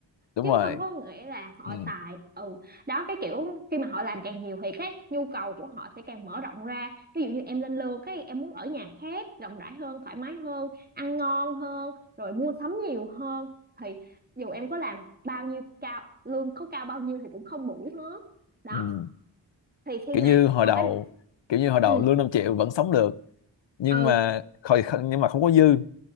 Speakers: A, on the left; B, on the right.
A: đúng
B: chứ
A: rồi
B: không có nghĩa là họ
A: ừ.
B: xài ừ đó cái kiểu khi mà họ làm càng nhiều thì cái nhu cầu của họ sẽ càng mở rộng ra ví dụ như em lên lương cái em muốn ở nhà khác rộng rãi hơn thoải mái hơn ăn ngon hơn rồi mua sắm nhiều hơn thì dù em có làm bao nhiêu cao lương có cao bao nhiêu thì cũng không đủ hết đó
A: Ừ.
B: thì khi
A: kiểu
B: mà
A: như hồi
B: còn
A: đầu
B: cái
A: kiểu như hồi đầu
B: ừ
A: lương 5 triệu vẫn sống được nhưng
B: ừ
A: mà khỏi nhưng mà không có dư